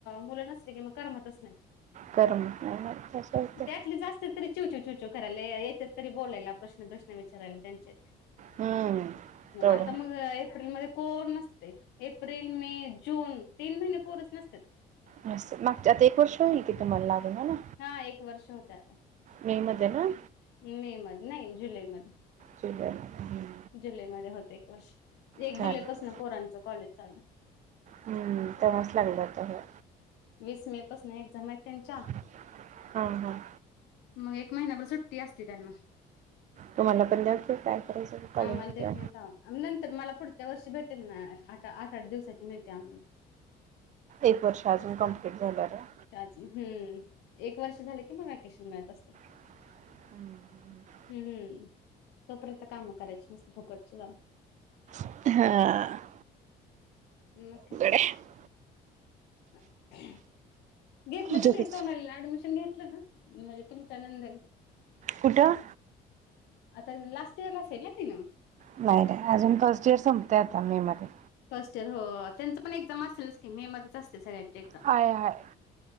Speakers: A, on the left; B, on the right.
A: मुलं नसले कि मग करमतच नाही. <inaudible>
B: कर्म तसं होतंय.
A: ते अॅटलिस्ट असत्यात. तरी चिव चुचू करायला येत्यात तरी बोलायला प्रश्न प्रश्न विचारायला त्यांचे.
B: हम्म. तेवढं
A: आता मग एप्रिल मध्ये. कोण नसते एप्रिल मे जून तीन महिने पोरच नसत्यात.
B: नसतं मागच्या आता एक वर्ष होईल कि तुम्हाला लागून हाय ना.
A: हा एक वर्ष होत आता.
B: मे मध्ये ना?
A: मे मध्ये नाही जुलै मध्ये.
B: जुलै मध्ये हम्म.
A: जुलै मध्ये होते एक वर्ष एक
B: झालं
A: जुलैपासून
B: ते.
A: पोरांचं कॉलेज चालूय.
B: हम्म तेव्हाच लागले होते होय.
A: वीस मे पासून एक्झाम आहेत त्यांच्या.
B: हम्म हम्म.
A: मग एक महिना भर सुट्टी असते त्यांना.
B: तुम्हांला पण द्याचं काय करायचं कॉलेज
A: आम्हाला
B: मधे
A: देत
B: जा
A: नाही तेव्हा. नंतर मला पुढच्या वर्षी भेटेल ना आता आठ -आठ दिवसाची मिळते आम्हांला
B: एक वर्ष अजून कंम्प्लीट झाल्यावर व्हय?
A: हं एक वर्ष झाले कि मग वॅकेशन मिळत असतेय
B: हं
A: हं तोपर्यंत कामं करायची मस्त फुकटची जाऊन.
B: हा
A: मग काय
B: आहे
A: <unintelligible> घेतलं
B: झोपेत
A: का नाही सोनालीला ऍडमिशन घेतलं ना म्हणजे तुमच नंदनं
B: कुठं?
A: आता लास्ट इअरलाच आहे ना तिनं
B: नाही नाही अजून फर्स्ट इयर संपतेय आता मे मध्ये.
A: फर्स्ट इयर हो त्यांचं पण एक्झाम असेलच की मे मध्येच असते सगळ्यांची. एक्झाम
B: हाय हाय